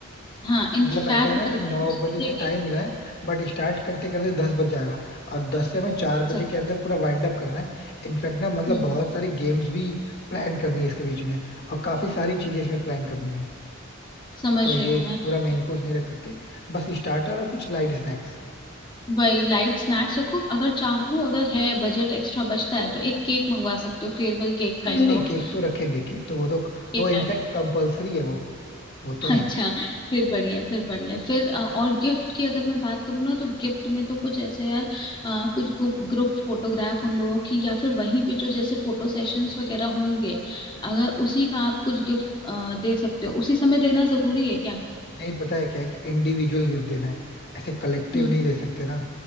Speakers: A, on the left; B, on the left.
A: हाँ इनफैक्ट
B: मतलब ऐसा है ना
A: पता
B: कि नौ
A: है उसकी
B: बजे से
A: जगह
B: टाइम मिला है बट स्टार्ट करते करते दस बज जाएगा और दस से हमें चार बजे
A: सक-
B: के अंदर पूरा वाइंड अप करना है इनफैक्ट ना मतलब
A: हम्म,
B: बहुत सारी गेम्स भी प्लान करनी है इसके बीच में और काफी सारी चीजें इसमें प्लान करनी है
A: समझ
B: तो ये
A: रही हूँ मैं
B: पूरा मेन कोर्स नहीं रख सकते बस स्टार्टर और कुछ लाइट स्नैक्स
A: वही लाइट स्नैक्स रखो अगर चाहो अगर है बजट एक्स्ट्रा बचता है तो एक केक मंगवा सकते हो farewell cake kind
B: हाँ नहीं नहीं
A: of
B: केक तो रखेंगे केक तो वो तो
A: Cake
B: वो इनफैक्ट
A: <laughs>
B: कंपलसरी है वो वो तो है
A: अच्छा फिर बढ़िया है, फिर बढ़िया है। फिर अ, और गिफ्ट की अगर मैं बात करूँ ना तो गिफ्ट में तो कुछ ऐसा यार अ, कुछ ग्रुप फोटोग्राफ उन लोगों की या फिर वहीं पे जो जैसे फोटो सेशंस वगैरह होंगे अगर उसी का आप कुछ गिफ्ट दे सकते हो उसी समय देना जरूरी है क्या
B: नहीं पता है क्या है कि इंडिविजुअल गिफ्ट देना है ऐसे कलेक्टिव
A: हम्म
B: नहीं दे सकते ना